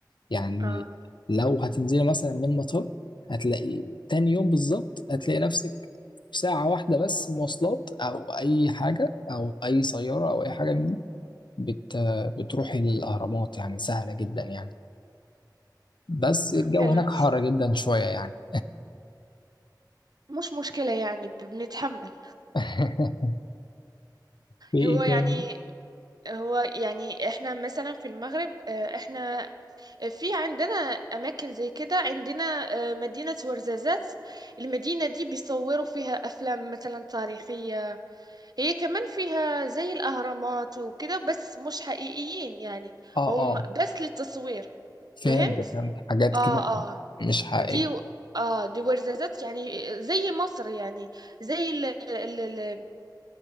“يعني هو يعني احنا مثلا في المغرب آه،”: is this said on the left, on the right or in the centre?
Right